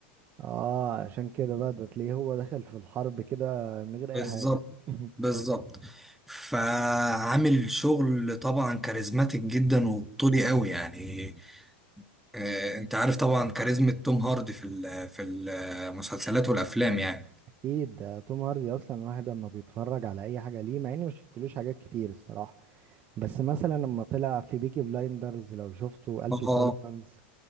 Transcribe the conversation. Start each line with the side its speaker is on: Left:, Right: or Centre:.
Right: اه عشان كده بقى ده تلاقيه هو دخل في الحرب كده من غير اي
Centre: بالظبط
Right: حاجة <laughs>
Centre: بالظبط فعامل شغل طبعا كاريزماتيك جدا وبطولي قوي يعني آه، انت عارف طبعا كاريزما توم هاردي في ال- في المسلسلات والافلام يعني
Right: اكيد ده توم هاردي اصلا واحد اما بيتفرج على اي حاجه ليه مع اني ما شفتلوش حاجات كتير الصراحه بس مثلا لما طلع في بيكي بلايندرز لو شفته الفي
Centre: اه
Right: سوليفانز